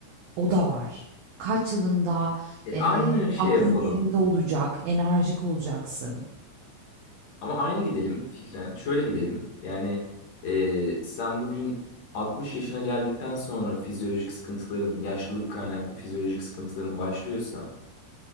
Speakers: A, on the right (about 70°); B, on the left (about 55°).
A: O da var. Kaç yılında,
B: E,
A: eee,
B: aynı şey
A: aklın
B: yapalım.
A: yerinde olacak, enerjik olacaksın?
B: Ama aynı gidelim fikren. Şöyle gidelim. Yani e, sen bugün 60 yaşına geldikten sonra fizyolojik sıkıntıların, yaşlılık kaynaklı fizyolojik sıkıntıların başlıyorsa